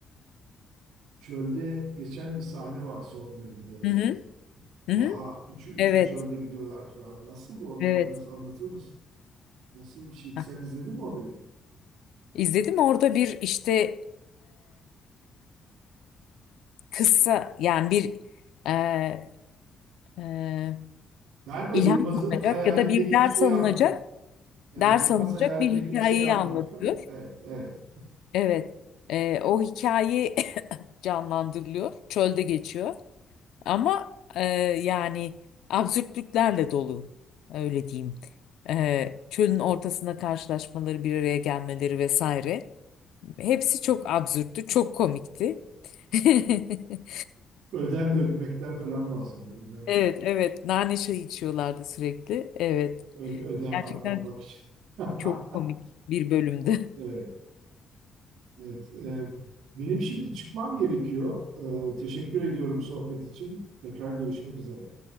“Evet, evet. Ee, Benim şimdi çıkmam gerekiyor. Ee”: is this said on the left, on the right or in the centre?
Right